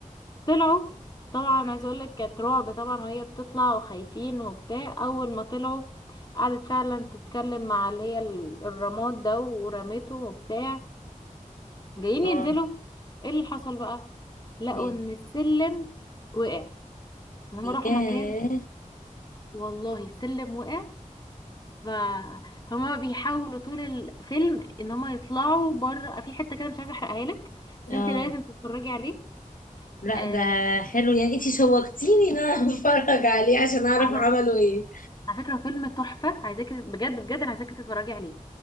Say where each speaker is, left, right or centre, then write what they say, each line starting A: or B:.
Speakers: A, on the left; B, on the left.
A: طلعوا طبعا عايزه اقول لك كانت رعب طبعا وهي بتطلع وخايفين وبتاع اول ما طلعوا قعدت فعلا تتكلم مع اللي هي ال- الرماد ده ورميته وبتاع جايين
B: اه
A: ينزلوا ايه اللي حصل بقى لقوا
B: إيه.
A: ان السلم وقع فهم راحوا
B: ياه
A: مكان والله السلم وقع فهما بيحاولوا طول الفيلم ان هما يطلعوا بره في حته كده مش عايزه احرقها لك بس
B: اه
A: انت لازم تتفرجي عليه
B: لا
A: آه
B: ده حلو يعني انتي شوقتيني ان انا <laughs> اتفرج عليه عشان اعرف
A: على
B: عملوا
A: ف-
B: ايه
A: على فكره فيلم تحفه عايزاكي بجد بجد انا عايزاكي تتفرجي عليه